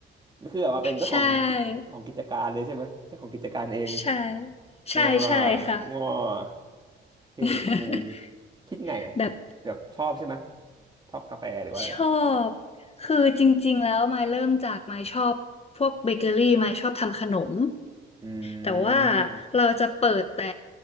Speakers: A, on the right; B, on the left.
A: นี่คือออกมาเป็นเจ้าของ
B: ใช่
A: ของกิจการเลยใช่ไหมเจ้าของกิจการเอง
B: ใช่ใช่ใช่ค่ะ
A: ง้องอเท่คูล
B: <laughs>
A: คิดไงอะ
B: แบบ
A: แบบชอบใช่ไหมชอบกาแฟหรือว่าอะไร
B: ชอบคือจริงๆแล้วมายเริ่มจากมายชอบพวกเบเกอรี่มายชอบทำขนม
A: อื
B: แต่ว่า
A: ม
B: เราจะเปิดแต่